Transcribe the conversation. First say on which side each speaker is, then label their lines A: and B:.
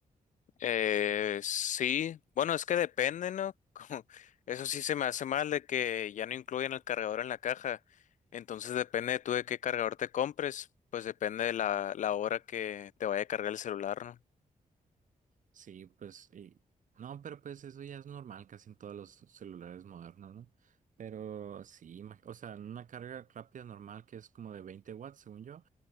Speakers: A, on the left; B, on the right.
A: Eh, sí, bueno, es que depende, ¿no? <laughs> Como- Eso sí se me hace mal de que ya no incluyen el cargador en la caja. Entonces depende de tú de qué cargador te compres, pues depende de la, la hora que te vaya a cargar el celular, ¿no?
B: Sí, pues, y- no, pero pues eso ya es normal casi en todos los celulares modernos, ¿no? Pero sí, ima- o sea, una carga rápida normal que es como de 20 watts, según yo